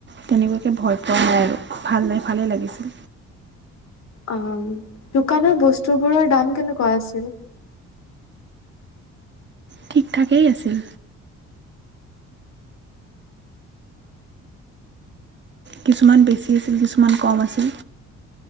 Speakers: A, on the right; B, on the left.
A: তেনেকুৱাকে ভয় পোৱা নাই আৰু ভাল নাই ভালেই লাগিছিল।
B: অ' দোকানৰ বস্তুবোৰৰ দাম কেনেকুৱা আছিল।
A: ঠিক ঠাকেই আছিল। কিছুমান বেছি আছিল! কিছুমান কম আছিল!